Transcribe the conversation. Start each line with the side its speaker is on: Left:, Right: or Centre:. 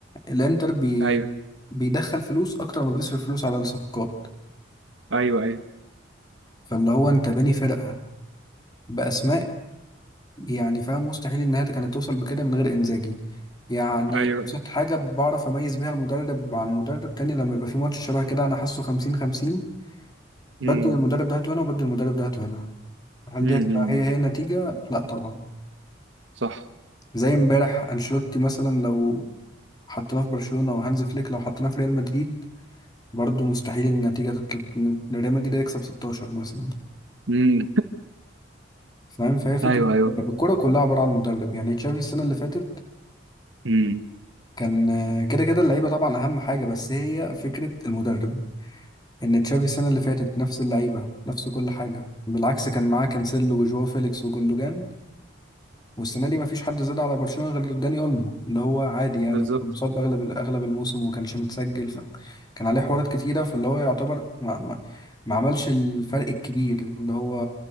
Left: الانتر بي...
Right: ايوه
Left: بيدخل فلوس اكتر ما بيصرف فلوس على الصفقات
Right: ايوه ايوه
Left: فاللي هو انت باني فرقه باسماء يعني فاهم مستحيل ان هي كانت توصل بكده من غير انزاجي يعني
Right: ايوه
Left: ابسط حاجه بعرف اميز بيها المدرب عن مدرب تاني لما يبقى في ماتش شبه كده انا حاسه 50 50 بدل
Right: امم
Left: المدرب ده هاته هنا وبدل المدرب ده هاته هنا هل
Right: امم
Left: دي هتبقى هي هي النتيجه لا طبعا
Right: صح
Left: زي امبارح انشيلوتي مثلا لو حطيناه في برشلونه وهانز فليك لو حطيناه في ريال مدريد برضه مستحيل ان النتيجه تطلع إن ريال مدريد يكسب 16 مثلا
Right: امم
Left: فاهم فهي فكره
Right: <laughs> ايوه ايوه
Left: الكوره كلها عباره عن مدرب يعني تشافي السنه اللي فاتت
Right: امم
Left: كان آه، كده كده اللعيبه طبعا اهم حاجه بس هي فكره المدرب ان تشافي السنه اللي فاتت نفس اللعيبه نفس كل حاجه بالعكس كان معاه كانسيلو وجواو فيليكس وجوندوجان والسنه دي مفيش حد زاد على برشلونه غير داني اولمو اللي هو عادي يعني
Right: بالظبط
Left: كان مصاب اغلب اغلب الموسم وما كانش متسجل ف... كان عليه حوارات كتيره فاللي هو يعتبر ما, ما... ما عملش الفرق الكبير اللي هو